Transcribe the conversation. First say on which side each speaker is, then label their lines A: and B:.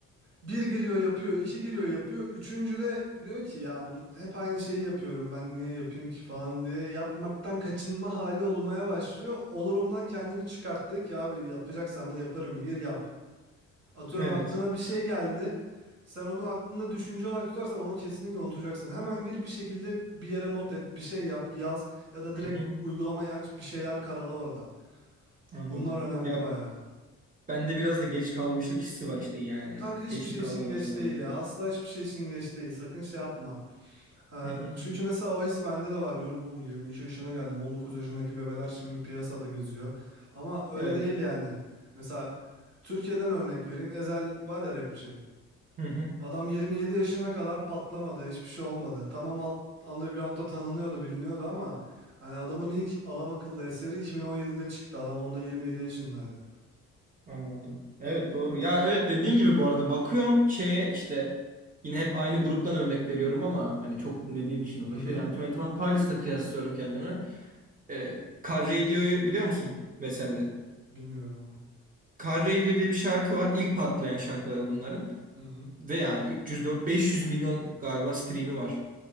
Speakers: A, on the right; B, on the right.
A: bir giriyor yapıyor, iki giriyor yapıyor. Üçüncü de diyor ki ya hep aynı şeyi yapıyorum ben niye yapayım ki falan diye. Yapmaktan kaçınma hali olmaya başlıyor. Olurumdan kendini çıkarttık ya abi yapacaksam da yaparım gir yap. Atıyorum
B: Evet.
A: aklına bir şey geldi. Sen onu aklında düşünce olarak tutarsan onu kesinlikle unutacaksın. Hemen gir bir şekilde bir yere not et, bir şey yap, yaz ya da direkt
B: Hı hı.
A: uygulamayı aç, bir şeyler karala orada.
B: Anladım.
A: Bunlar önemli
B: Ya
A: bayağı.
B: Bende biraz da geç kalmışlık hissi var işte yani.
A: Kanka hiçbir
B: Geç
A: şey
B: mi kaldım
A: için geç
B: acaba
A: değil
B: diye.
A: ya. Asla hiçbir şey için geç değil. Sakın şey yapma. Ha,
B: Hı hı.
A: çünkü mesela o his bende de var diyorum. Oğlum 22 yaşına geldim. 19 yaşındaki bebeler şimdi piyasada geziyor. Ama öyle
B: Evet.
A: değil yani. Mesela Türkiye'den örnek vereyim. Ezel var ya rapçi.
B: Hı hı.
A: Adam 27 yaşına kadar patlamadı. Hiçbir şey olmadı. Tamam alt, underground'da tanınıyordu, biliniyordu ama hani adamın ilk adam akıllı eseri 2017'de çıktı. Adam onda 27 yaşındaydı.
B: Anladım. Evet doğru. Ya evet dediğin gibi bu arada bakıyorum şeye işte yine hep aynı gruptan örnek veriyorum ama hani çok dinlediğim için o
A: Hı
B: da
A: hı.
B: şey. Yani Twenty One Pilots'la kıyaslıyorum kendimi. Ee, Car Radio'yu biliyor musun? Vesel'de.
A: Bilmiyorum onu.
B: Car Radio diye bir şarkı var. İlk patlayan şarkıları bunların.
A: Hı hı.
B: Ve yani 304 500 milyon galiba stream'i var.